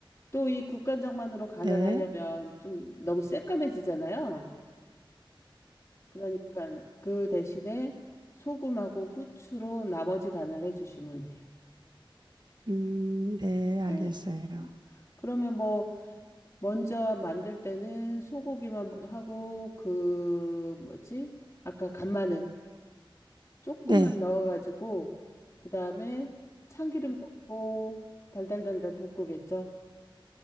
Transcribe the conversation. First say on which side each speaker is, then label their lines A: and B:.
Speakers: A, on the left (about 30°); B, on the right (about 55°).
A: 또 이 국간장만으로 간을
B: 네
A: 하려면
B: 네
A: 좀 너무 새까매지잖아요. 그러니까 그 대신에 소금하고 후추로 나머지 간을 해주시면 돼요.
B: 음 네 알겠어요.
A: 예. 음. 그러면 뭐 먼저 만들 때는 소고기만 하고 그 뭐지? 아까 간마늘 조금만
B: 네네
A: 넣어가지고 그 다음에 참기름 넣고 달달달달 볶으겠죠?